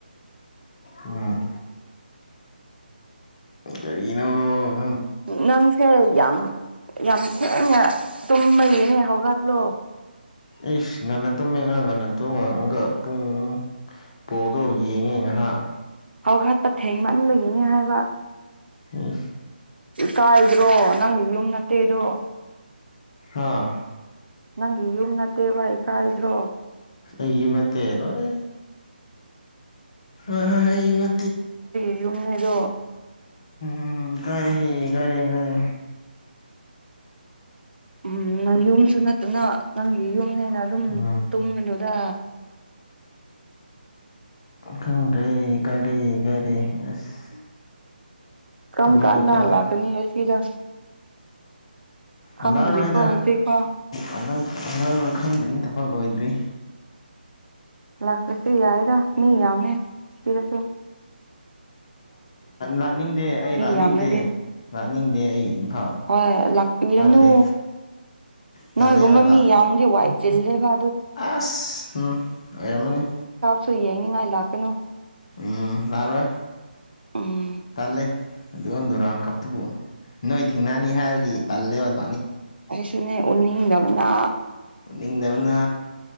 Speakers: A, on the left; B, on the right.
A: ꯎꯝ ꯀꯅꯣ
B: ꯅꯪꯁꯦ ꯌꯥꯝ ꯌꯥꯝ ꯊꯦꯡ ꯇ ꯌꯦꯅꯦ ꯍꯒꯠꯂꯣ
A: ꯑꯩꯁ ꯉꯟꯅ ꯇꯨꯝꯃꯦ ꯉꯥ ꯉꯟꯅ ꯇꯝ ꯉꯥꯡꯉꯒ ꯄꯨꯡ ꯄꯣꯗꯣ ꯌꯦꯡꯉꯦ ꯉꯥꯏꯍꯥꯛ
B: ꯍꯧ ꯍꯥꯠꯄ ꯊꯦꯡꯃꯟꯕꯒꯤꯅꯤ ꯍꯥꯏꯕ
A: ꯑ
B: ꯀꯥꯏ꯭ꯔꯣ ꯅꯪ ꯌꯝꯅꯠꯇꯦ ꯑꯗꯨꯣ
A: ꯍꯥꯥ
B: ꯅꯪꯒꯤ ꯌꯨꯝ ꯅꯠꯇꯦꯕꯏ ꯀꯥꯏꯗ꯭ꯔꯣ
A: ꯑꯩ ꯃꯠꯇꯦꯂꯣꯔꯦ ꯑ ꯍ ꯍꯒꯤ ꯃꯦ
B: ꯌꯌꯨꯝꯅꯦꯗꯣ
A: ꯎꯝ ꯀꯔꯤ ꯀꯔꯤ ꯀꯔꯤ
B: ꯎꯝ ꯅꯪ ꯌꯨꯝꯁꯨ ꯅꯠꯇꯅ ꯅꯪꯒꯤ ꯌꯨꯝꯅꯦꯅ ꯑꯗꯨꯝ
A: ꯎꯝ
B: ꯇꯨꯝꯒꯅꯨꯗ
A: ꯈꯪꯗ꯭ꯔꯦ ꯒꯥꯔꯤ ꯒꯥꯔꯤ ꯑꯁ
B: ꯀꯃ
A: ꯏꯃꯥ
B: ꯀꯅ
A: ꯏꯄꯥ
B: ꯍꯂꯛꯀꯅꯤ ꯑꯦ ꯁꯤꯗ
A: ꯍꯜꯂꯛꯑꯔꯣꯏꯗ
B: ꯈꯪꯗ꯭ꯔꯤꯀꯣ ꯍꯧꯖꯤꯛꯐꯥꯎ
A: ꯍꯜꯂꯛꯑꯔꯣꯏ ꯈꯪꯗ꯭ꯔꯤꯉ ꯊꯕꯛ ꯂꯣꯏꯗ꯭ꯔꯤ
B: ꯂꯥꯛꯀꯁꯤ ꯌꯥꯏꯔꯥ ꯃꯤ ꯌꯥꯝꯃꯦ ꯁꯤꯔꯁꯨ
A: ꯂꯥꯛꯅꯤꯡꯗꯦ ꯑꯩ ꯂꯥꯛꯅꯤꯡꯗꯦ
B: ꯌꯥꯝꯔꯗꯤ
A: ꯂꯥꯛꯅꯤꯡꯗꯦ ꯑꯩ ꯏꯝꯐꯥꯜ
B: ꯍꯣꯏ ꯂꯥꯛꯄꯤꯔꯅꯨ
A: ꯇꯜꯂꯦ ꯇꯜꯂꯦꯕ
B: ꯅꯣꯏꯒꯨꯝꯕ
A: ꯂꯥꯛ
B: ꯃꯤ ꯌꯥꯝꯗꯤ ꯋꯥꯏ ꯆꯤꯂꯦꯚꯥ
A: ꯑꯁ ꯎꯝ ꯑꯣꯏꯔꯃꯅꯤ
B: ꯁꯨꯏ ꯌꯥꯏꯅꯤ ꯉ ꯏꯂꯥꯛ ꯀꯅꯣ
A: ꯎꯝ ꯌꯥꯔꯋꯣꯏ
B: ꯎꯝ
A: ꯇꯜꯂꯦ ꯑꯗꯨꯗꯨ ꯔꯥꯎꯟ ꯀꯞꯇꯨꯕꯨ ꯅꯣꯏ ꯊꯤꯡꯅꯅꯤ ꯍꯥꯏꯕꯒꯤ ꯇꯜꯂꯦꯕ ꯂꯥꯛ
B: ꯑꯩ ꯁꯅ ꯎ ꯂꯕꯅꯥ
A: ꯅꯤꯡꯗꯕꯅ